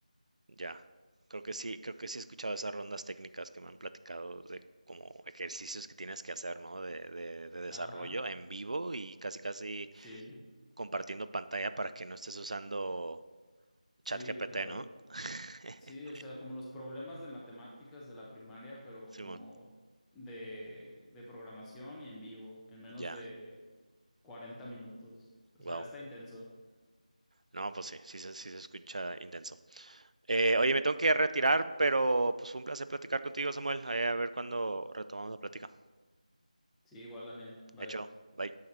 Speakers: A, on the right; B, in the centre.
A: ya. Creo que sí, creo que sí he escuchado esas rondas técnicas que me han platicado de como ejercicios que tienes que hacer, ¿no? De, de, de desarrollo
B: Ajá.
A: en vivo y casi casi
B: Sí,
A: compartiendo pantalla para que no estés usando
B: sí,
A: ChatGPT,
B: literal.
A: ¿no? <laughs>
B: Sí, o sea, como los problemas de matemáticas de la primaria, pero
A: Simón,
B: como de, de programación y en vivo, en menos
A: ya,
B: de 40 minutos. O
A: wow.
B: sea, está intenso.
A: No, pues sí, sí, se- sí se escucha intenso. Eh, oye, me tengo que retirar, pero pues fue un placer platicar contigo, Samuel. Ahí a ver cuándo retomamos la plática.
B: Sí, igual, Daniel. Bye.
A: Hecho, bye.